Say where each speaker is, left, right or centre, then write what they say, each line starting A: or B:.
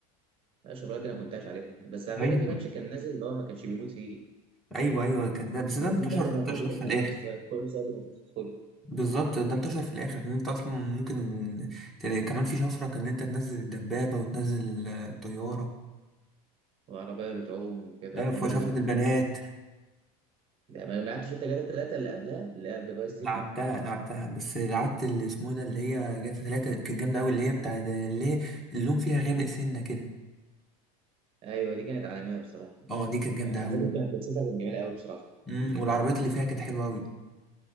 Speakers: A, on the right; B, in the centre.
A: اشوف دي انا كنت عايش عليها بس على
B: ايوه
A: فكره في باتش كان نازل اللي هو ما كانش بيموت فيه
B: ايوه ايوه كان ده بس
A: اللي
B: ده انتشر
A: هو دي بقى اللي كانت
B: انتشر
A: موجوده
B: في
A: في
B: الاخر
A: اغلب السايبر كل سايبر انت بتدخله
B: بالظبط ده انتشر في الاخر ان انت اصلا ممكن تلاقي كمان في شفرة كان ان انت تنزل الدبابة وتنزل الطيارة
A: وعربيه بتعوم وكده
B: ايوه
A: والجو
B: في شفرة
A: ده
B: البنات
A: يعني ما ما لعبتش انت جاتا الثلاثه اللي قبلها اللي قبل فايس سيتي
B: لعبتها لعبتها بس لعبت اللي اسمه ده اللي هي جاتا تلاتة كانت جامدة أوي اللي هي بتاع ده- اللي هي اللون فيها غامق سنة كده
A: ايوه دي كانت عالميه بصراحه
B: اه دي كانت جامدة
A: يعني على
B: أوي
A: فكره كانت قصتها كانت جميله قوي بصراحه
B: مم. والعربيات اللي فيها كانت حلوة أوي